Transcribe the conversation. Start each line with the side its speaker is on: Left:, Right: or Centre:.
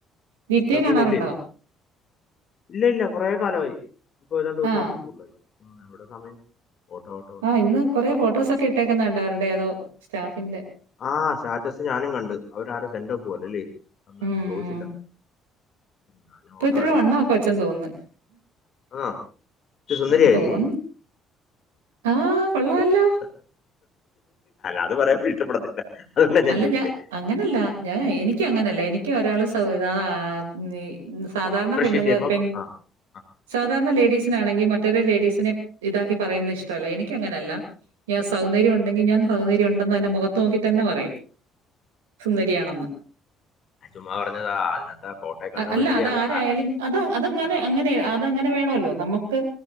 Right: നിത്യേ
Left: കുഴപ്പമൊന്നും
Right: കാണാറുണ്ടോ
Left: ഇല്ലേ ഇന്ന് ഇല്ല ഇല്ല കുറെ കാലവായി ഇപ്പോ ഏതാണ്ട് ഒരുമാസത്തി
Right: ആഹ്
Left: കൂടുതലായി ഉം എവിടെ സമയം ഓട്ടോ ഓട്ടോ ഓട്ടോ
Right: ആഹ് ഇന്ന് കൊറെേ ഫോട്ടോസ് ഒക്കെ ഇട്ടേക്കുന്ന് കണ്ട് അവരുടേ ഏതോ സ്റ്റാഫിന്റെ
Left: ആ സ്റ്റാറ്റസ് ഞാനും കണ്ട് അവരാരും സെൻഡ് ഓഫ് പോലെ അല്ലേ അന്ന്
Right: ഉം
Left: ഞാൻ ചോദിച്ചില്ല ഞാനും
Right: ഇപ്പൊ
Left: ഓട്ടമായിരുന്നു.
Right: ഇത്തിരിയുടെ വണ്ണൊക്കെ വച്ചെന്ന് തോന്ന്ന്ന്
Left: ആണോ? ഇച്ചിരി സുന്ദരിയായില്ലേ?
Right: എനിക്ക് തോന്ന് ആഹ് കൊള്ളാല്ലോ.
Left: <unintelligible> അത് പറയുമ്പോ ഇഷ്ടപ്പെടത്തില്ല അതുകൊണ്ടാ ഞാൻ
Right: അല്ല
Left: ചോദിച്ചേ.
Right: ഞാ അങ്ങനല്ല ഞാ എനിക് അങ്ങനല്ല
Left: ആ?
Right: എനിക് ഒരാള് <unintelligible> ആത്മീ സാധാരണ
Left: അപ്രിഷിയേറ്റ്
Right: പെണ്ണുങ്ങ
Left: ചെയ്യുമ്പം
Right: പെൺ
Left: ആ. ആ.
Right: സാധാരണ ലേഡീസ് സിനാണെങ്കി മറ്റൊരു ലേഡീസിനെ ഇതാക്കി പറയുന്നത് ഇഷ്ടവല്ല എനിക്ക അങ്ങനല്ല ഞാ സൗന്ദര്യം ഉണ്ടെങ്കി ഞാൻ സൗന്ദര്യം ഉണ്ടെന്ന് തന്നെ മുഖത്ത് നോക്കി തന്നെ പറയും സുന്ദരിയാണെന്ന്
Left: ഞാൻ ചുമ്മാ പറഞ്ഞതാ. അതിനകത്ത് ആ ഫോട്ടോ കണ്ടപ്പോ
Right: അല്ല
Left: ഇച്ചിരി
Right: അത
Left: അത്
Right: ആരായാലും
Left: സാ-
Right: അത് അതങ്ങനെ അങ്ങനെ അതങ്ങനെ വേണോല്ലോ നമുക്ക്